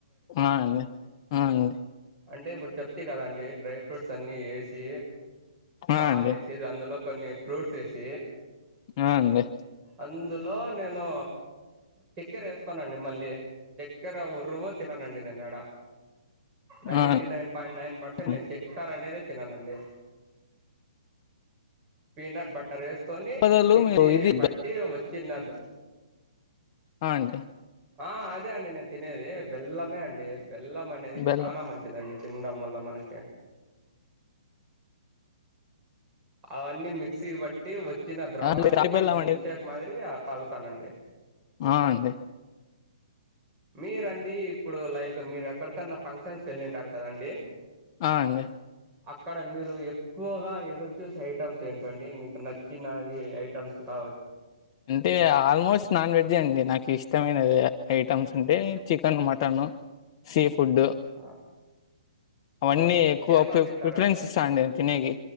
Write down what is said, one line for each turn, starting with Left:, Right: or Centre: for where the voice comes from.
Left: అ అండి ఆ అండి
Right: అంటే ఇప్పుడు చెప్త కదండి డ్రై ఫ్రూట్స్ అన్ని వేసి
Left: ఆ
Right: పాలు
Left: అండి
Right: వేసి అందులో కొన్ని ఫ్రూట్స్ వేసి
Left: ఆ అండి
Right: అందులో నేను చక్కెర వేసుకోనండి మళ్ళీ చక్కెర ఉరువ్ తిననండి నేనీడ nine
Left: ఆ అండి ఆ
Right: nine point nine percent
Left: అండి.
Right: నేను చెక్ అనేద తిననండి పీనట్ బటర్ రేస్ కొని
Left: పదాలు
Right: మిక్సీ
Left: మీరు ఇది
Right: పట్టి
Left: బె-
Right: వచ్చిన్నదు
Left: అ అండి
Right: ఆ అదే అండి నేను తినేది బెల్లమే అండి బెల్లం అనేది
Left: బెల్లం
Right: చాలా మంచి ండి తినడం వల్ల మనకి అవన్నీ మిక్సీ బట్టి వచ్చిన ద్రవాన్ని
Left: ఆ అంటే తాటి
Right: నేను
Left: బెల్లం
Right: మిల్క్ షేక్ మాదిరి తాగుతానండి
Left: అ అండి
Right: మీరండి ఇప్పుడు లైక్ మీరు ఎక్కడికన్నా ఫంక్షన్స్‌కి వెళ్ళింటారు కదండి
Left: ఆ అండి
Right: అక్కడ మీరు ఎక్కువగా ఎదురుచూసే ఐటెమ్స్ ఏంటండి మీకు నచ్చినవి ఐటమ్స్ కావ
Left: అంటే ఆల్మోస్ట్ నాన్వెజే అండి నాకు ఇష్టమైనది ఐటమ్స్ అంటే చికెన్ మటన్ సీ ఫుడ్డు
Right: ఆ
Left: అవన్నీ
Right: అవునండి
Left: ఎక్కువ
Right: చేపలు
Left: ఫి
Right: తింటారండి
Left: ప్రిఫరెన్స్ ఇస్తా అండి తినేకి